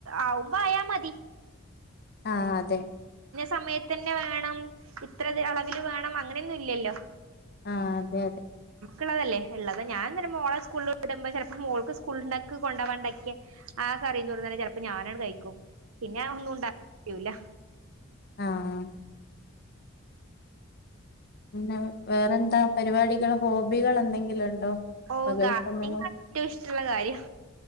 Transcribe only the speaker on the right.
ആവുമ്പോ ആയാ മതി
സമയത്ത് തന്നെ വേണം ഇത്ര അളവിൽ വേണം അങ്ങനെയൊന്നും ഇല്ലല്ലോ
ള്ളതല്ലേ ഉള്ളത് ഞാൻ തന്നെ മോളെ സ്കൂളിൽ ഇടുമ്പോ ചിലപ്പോ മോക്ക് സ്കൂളെ കൊണ്ട പോവാണ്ടക്കെ ആ കറിം ചേറും തന്നെഞാനും ഞാനട് കഴിക്കും പിന്നെ ഒന്നും ഉണ്ടാൂല
ഓ
ഗങ്ങ
ഏറ്റവും ഇഷ്ടമുള്ള കാര്യം